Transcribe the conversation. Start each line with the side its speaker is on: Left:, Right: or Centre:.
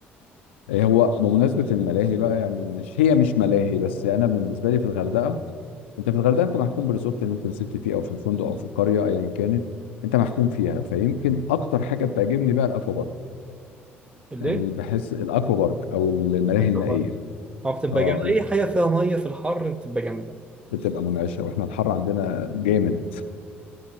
Left: إيه هو بمناسبة الملاهي بقى يعني مش هي مش ملاهي بس أنا بالنسبة لي في الغردقة أنت في الغردقة أنت محكوم بالريزورت اللي أنت نزلت فيه أو في الفندق أو في القرية أيا كانت أنت محكوم فيها فيمكن أكتر حاجة بتعجبني بقى الأكوا بارك
Right: ليه؟
Left: يعني بحس الأكوا بارك أو الملاهي
Right: أكلوا
Left: المائية
Right: بقى هو بتبقى
Left: أه
Right: جامدة
Left: ال-
Right: أي حاجة فيها مية في الحر بتبقى جامدة
Left: بتبقى منعشة وإحنا الحر عندنا جامد